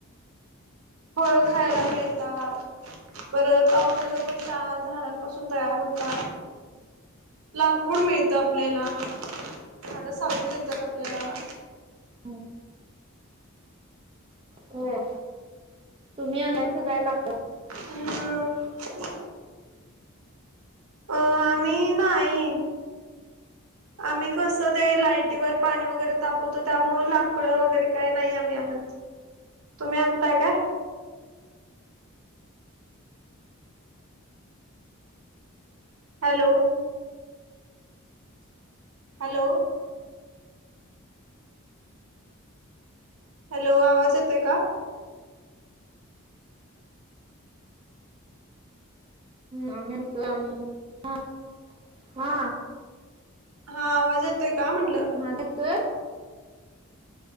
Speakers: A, on the right; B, on the right.
A: फळ खायला मिळतात. परत औषध पण त्या झाडांपासून तयार होत. लाकूड मिळत आपल्याला झाड सावली देतात आपल्याला.
B: हो, होय तुम्ही आल्यायच काय लागत.
A: हम <inaudible> अ मी नाहीई. आम्ही कसं ते लायटीवर पाणी वगैरे तापवतो त्यामुळ लाकडं वगैरे काय नाही आम्ही आणत. तुम्ही आणताय काय. हॅलो,
B: <inaudible>
A: हॅलो, हॅलो आवाज येतो आहेय का,
B: हम् आमम <inaudible> त आम ह हा
A: हा आवाज येतोय का म्हटलं.
B: मागतोय.